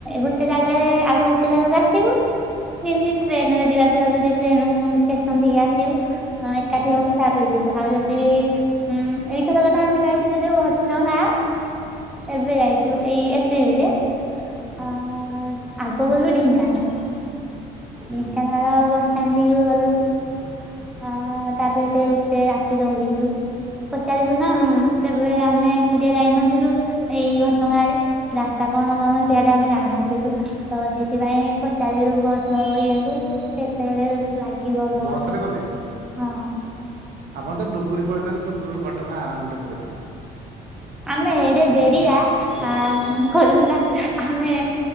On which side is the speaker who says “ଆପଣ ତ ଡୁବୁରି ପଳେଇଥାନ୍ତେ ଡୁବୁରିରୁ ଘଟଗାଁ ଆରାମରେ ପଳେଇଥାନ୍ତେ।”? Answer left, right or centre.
Right